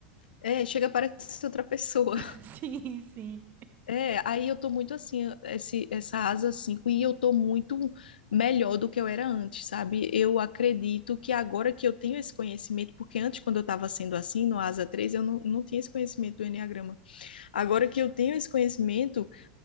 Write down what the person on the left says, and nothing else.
é, chega parece ser outra pessoa.
<laughs>
É, aí eu tô muito assim, esse, essa asa 5 e eu tô muito melhor do que eu era antes, sabe? Eu acredito que agora que eu tenho esse conhecimento, porque antes, quando eu tava sendo assim, no asa três eu não, não tinha esse conhecimento do Enneagrama. Agora que eu tenho esse conhecimento,